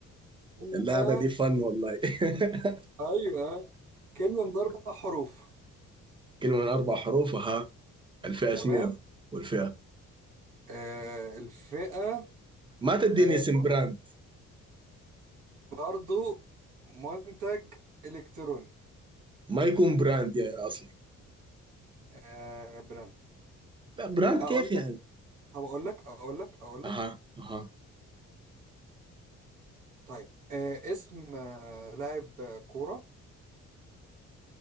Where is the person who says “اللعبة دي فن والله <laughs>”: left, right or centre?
Right